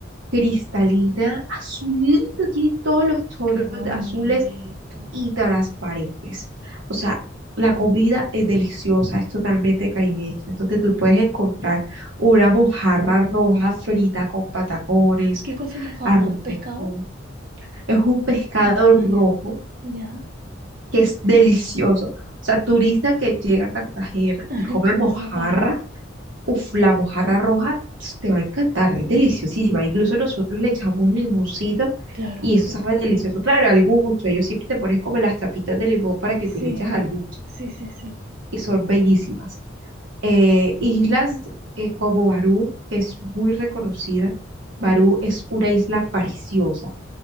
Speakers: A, on the right; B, on the right.
A: cristalina, azulita, tiene todos los tonos
B: qué bonito.
A: de azules y transparentes. O sea, la comida es deliciosa, es totalmente caribeña. Entonces tú puedes encontrar una mojarra roja frita con patacones,
B: ¿Qué cosa es mojarra?
A: arroz
B: ¿Pescado?
A: de coco. Es un pescado
B: Ya,
A: rojo
B: ya, ya.
A: que es delicioso. O sea, turista que llega a Cartagena
B: <laughs>
A: y come
B: Come
A: mojarra
B: mojarra.
A: Uf, la mojarra roja ps, te va a encantar, es deliciosísima. Incluso nosotros le echamos limoncito
B: Claro,
A: y eso
B: pescado
A: sabe delicioso.
B: con...
A: Claro, al gusto. Ellos siempre te pones como las tapitas de limón para que
B: Sí.
A: tú le eches al gusto.
B: Sí, sí, sí.
A: Y son bellísimas. Eh, islas eh, como Barú, que es muy reconocida. Barú es una isla preciosa,